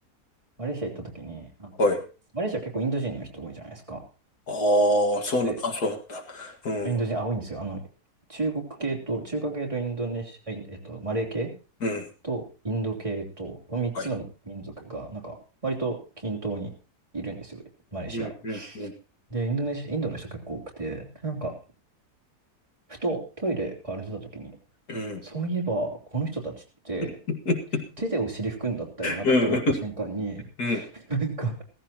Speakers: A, on the right; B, on the left.
A: マレーシア行った時に、あ
B: う。はい。
A: マレーシア結構インド人の人多いじゃないですか。
B: ああ、そうな、
A: で
B: あ、そうなんだ。うん。
A: インド人、あ、多いんですよ。あの、中国系と、中華系とインドネシア、あいえっと、マレー系
B: うん。
A: とインド系と、この3つの民族が、
B: はい。
A: なんか、割と均等にいるんですよ、マレーシア。
B: うん。うん。うん。
A: で、インドネシア、インドの人結構多くて、なんか、ふとトイレから出た時に、
B: うん。
A: そういえば、この人たちって、
B: <laughs>
A: 手でお尻拭くんだったよなって思った瞬間に、
B: うん。うん。
A: なんか、